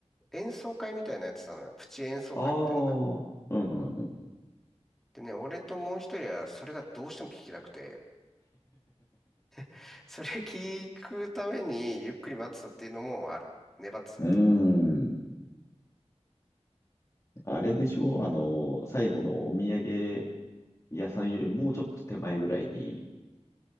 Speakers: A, in the centre; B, on the left.
A: 演奏会みたいなやつてたのよ。プチ演奏会みたいな。
B: ああ、うんうんうん。
A: でね、俺ともう一人はそれがどうしても聞きたくて、<laughs> それ聞くためにゆっくり待ってたっていうのもある。粘ってたっていうのも。
B: <laughs> うーん。あれでしょあの、最後のお土産屋さんよりもうちょっと手前ぐらいに